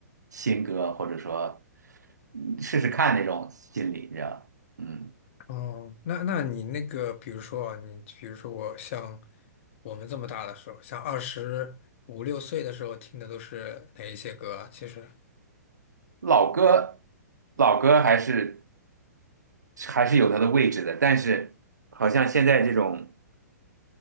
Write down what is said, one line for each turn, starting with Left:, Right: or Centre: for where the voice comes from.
Right: 新歌，或者说嗯试试看那种心理，你知道，嗯。
Left: 嗯，哦，那那你那个，比如说啊，你比如说我像我们这么大的时候，像二十五六岁的时候听的都是哪一些歌啊？其实，
Right: 老歌，老歌还是还是有它的位置的，但是好像现在这种